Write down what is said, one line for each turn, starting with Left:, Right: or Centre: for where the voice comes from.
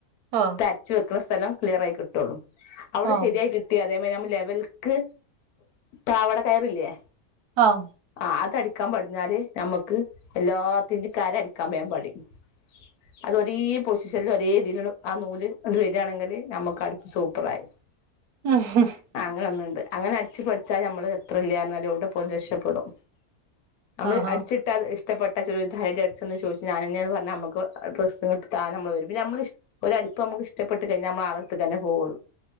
Right: ആഹ്
Left: തരച്ച് വെക്കണ സ്ഥലം ക്ലിയർ ആയി കിട്ടുള്ളു. അവിടെ
Right: ആഹ്
Left: ശരിയായി കിട്ടി അതേമാരി ഞമ്മട ലെവൽക്ക് പാവാടകയറില്ലേ?
Right: ആഹ്
Left: ആഹ് അതടിക്കാൻ പഠിഞ്ഞാല് ഞമ്മക്ക് എല്ലാത്തിന്റേം കര അടിക്കാൻ വേഗം പഠിയും. അത് ഒരീ പൊസിഷനിൽ ഒരീ രീ‌തീലുള്ള ആ നൂല്കൊണ്ട് വരിയാണെങ്കില് നമ്മക്ക് അടിപ്പ് സൂപ്പറായി.
Right: <unintelligible>
Left: ആഹ് അങ്ങനൊന്ന്ണ്ട്. അങ്ങനെ അടിച്ചു പഠിച്ചാല് നമ്മള് എത്ര <unintelligible> എവിടെ പോയാലും രക്ഷപ്പെടും. നമ്മള്
Right: ആഹാ
Left: അടിച്ചിട്ട അത് ഇഷ്ടപ്പെട്ട ചുരുദാര് ആര് അടിച്ചെന്ന് ചോയിച്ചാ ഞാൻന്നെയാന്ന് പറഞ്ഞാ നമുക്ക് ഡ്രസ്സുംട്ട താന നമ്മൾ വരും. പിന്നെ നമ്മള് ഒരു അടിപ്പ് നമുക്കിഷ്ടപ്പെട്ട് കഴിഞ്ഞാ നമ്മ ആളട്ത്തക്ക് തന്നെ പോകൊള്ളു.